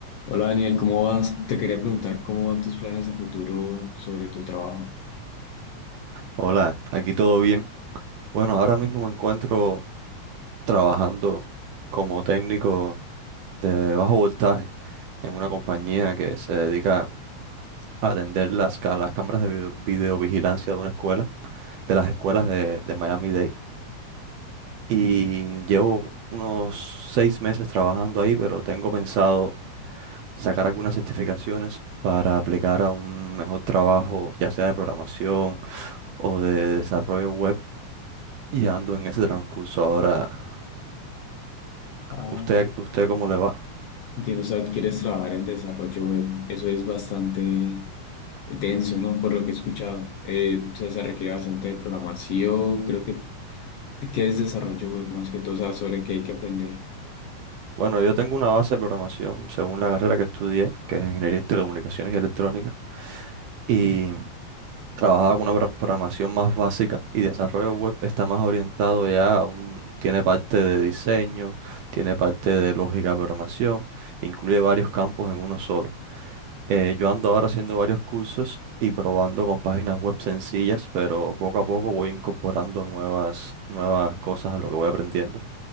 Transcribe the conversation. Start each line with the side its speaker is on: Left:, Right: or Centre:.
Left: Hola Daniel, ¿cómo vas? Te quería preguntar cómo van tus planes a futuro sobre tu trabajo.
Right: Hola, aquí todo bien. Bueno, ahora mismo me encuentro trabajando como técnico de bajo voltaje en una compañía que se dedica a atender las, ca- las cámaras de video- videovigilancia de una escuela, de las escuelas de, de Miami-Dade. Y llevo unos seis meses trabajando ahí, pero tengo pensado sacar algunas certificaciones para aplicar a un mejor trabajo, ya sea de programación o de desarrollo web. Y ando en ese transcurso ahora
Left: Ah,
Right: ¿Usted, usted cómo le va?
Left: Entiendo, o sea, quieres trabajar en desarrollo web. Eso es bastante denso, ¿no? Por lo que he escuchado. Eh, o sea, se requiere bastante de programación. Creo que, que es desarrollo web más que todo, o sea, sobre qué hay que aprender.
Right: Bueno, yo tengo una base de programación según la carrera que estudié, que es Ingeniería en Telecomunicaciones y Electrónica, y trabajaba con una pro- programación más básica y desarrollo web está más orientado ya, a un- tiene parte de diseño, tiene parte de lógica de programación, incluye varios campos en uno solo. Eh, yo ando ahora haciendo varios cursos y probando con páginas web sencillas, pero poco a poco voy incorporando nuevas, nuevas cosas a lo que voy aprendiendo.